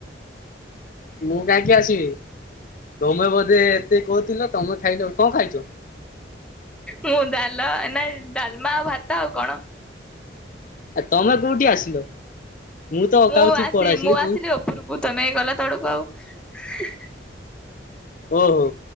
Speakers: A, on the left; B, in the centre.
A: ମୁଁ କାହିଁକି ଆସିବି। ତମେ ବୋଧେ ଏତେ କହୁଥିଲ ତମେ ଖାଇଲ କଣ ଖାଇଚୁ?
B: ମୁଁ ଡାଲ ନା ଡାଲମା ଆଉ ଭାତ ଆଉ କଣ।
A: ଆଉଁ ତମେ କୋଉଠି ଆସିଲ? ତ ଅକାଉଥି
B: ମୁଁ ଆସି
A: ପଳେଇ
B: ମୁଁ ଆସିଲି
A: ତମେ
B: ଉପରକୁ ତମେ ଗଲା ତଳକୁ ଆଉ।
A: ଓ ହୋ